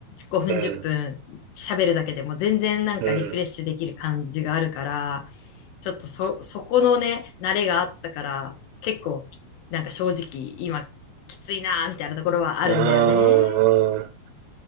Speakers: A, on the left; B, on the right.
A: 5分10分喋るだけでも全然なんかリフレッシュできる感じがあるから、
B: うん、うん。
A: ちょっとそ、そこのね、慣れがあったから、結構、なんか正直、今、きついなーみたいなところはあるんだよね。
B: あー